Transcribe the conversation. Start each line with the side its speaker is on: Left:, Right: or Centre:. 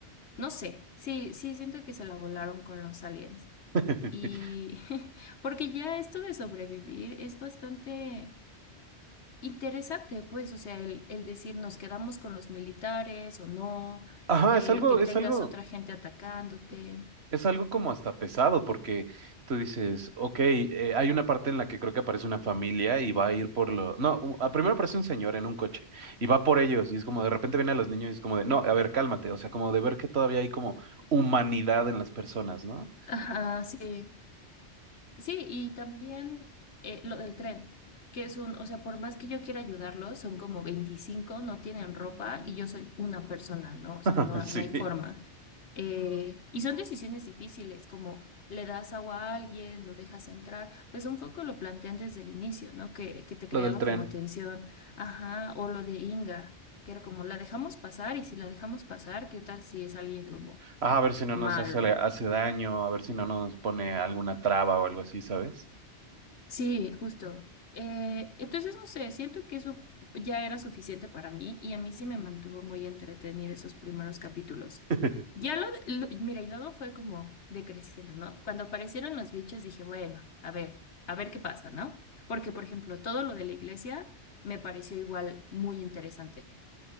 Left: no sé, sí, sí, siento que se la volaron con los aliens.
Right: <laughs>
Left: Y <laughs> porque ya esto de sobrevivir es bastante interesante, pues, o sea, el, el decir nos quedamos con los militares o no,
Right: Ajá,
Left: el
Right: es algo,
Left: que tengas
Right: es algo,
Left: otra gente atacándote.
Right: es algo como hasta pesado, porque tú dices, ok, eh, hay una parte en la que creo que aparece una familia y va a ir por lo. No, u- a- primero aparece un señor en un coche y va por ellos, y es como de repente vienen a los niños y es como de, no, a ver, cálmate, o sea, como de ver que todavía hay como humanidad en las personas, ¿no?
Left: Ajá, sí. Sí, y también eh, lo del tren, que es un, o sea, por más que yo quiera ayudarlos, son como veinticinco no tienen ropa y yo soy una persona, ¿no? O sea,
Right: <laughs>
Left: no,
Right: Sí,
Left: no hay forma. Eh, y son decisiones difíciles, como le das agua a alguien, lo dejas entrar, pues un poco lo plantean desde el inicio, ¿no? Que, que te creaba
Right: lo del tren.
Left: como tensión, ajá, o lo de Inga, que era como, la dejamos pasar y si la dejamos pasar, ¿qué tal si es alguien como
Right: Ah, a ver si no
Left: malo?
Right: nos hace, hace daño, a ver si no nos pone alguna traba o algo así, ¿sabes?
Left: Sí, justo. Eh, entonces, no sé, siento que eso ya era suficiente para mí y a mí sí me mantuvo muy entretenida esos primeros capítulos.
Right: <laughs>
Left: Ya lo, lo- mira, y luego fue como decreciendo, ¿no? Cuando aparecieron los bichos dije, bueno, a ver, a ver qué pasa, ¿no? Porque, por ejemplo, todo lo de la iglesia me pareció igual muy interesante,